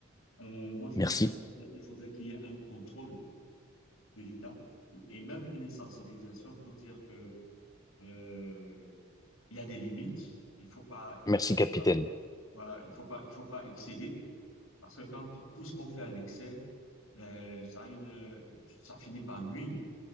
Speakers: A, on the left; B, on the left.
A: Euh, moi, je
B: Merci.
A: pense qu'il faudrait, il faudrait qu'il y ait un contrôle. de l'État et même une sensibilisation pour dire que euh, il y a des limites, il faut pas, il
B: Merci,
A: faut
B: capitaine.
A: pas voilà, il faut pas, il faut pas excéder parce que quand tout ce qu'on fait à l'excès, ben, ça a une, ça finit par nuire.